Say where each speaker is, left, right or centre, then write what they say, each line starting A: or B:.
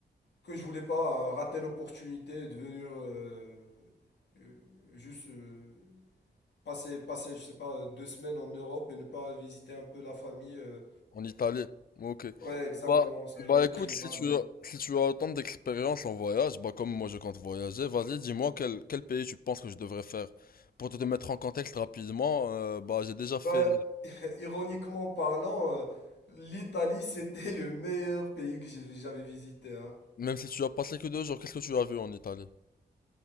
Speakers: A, on the left; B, on the left.
A: que je voulais pas rater l'opportunité de venir euh, euh, juste euh, passer, passer, je sais pas, deux semaines en Europe et ne pas visiter un peu la famille. euh.
B: En Italie. Ok.
A: Ouais, exactement,
B: Bah,
A: ça
B: bah
A: a été
B: écoute,
A: pris
B: si
A: mal.
B: tu as, si tu as autant d'expérience en voyage, bah comme moi je compte voyager, vas-y, dis-moi quel, quel pays tu penses que je devrais faire. Pour te, te mettre en contexte rapidement, euh, bah j'ai déjà fait...
A: Bah, Ironiquement parlant, euh, l'Italie, <laughs> c'était le meilleur pays que j'ai- j'avais visité. hein.
B: Même si tu as passé que deux jours, qu'est-ce que tu as vu en Italie?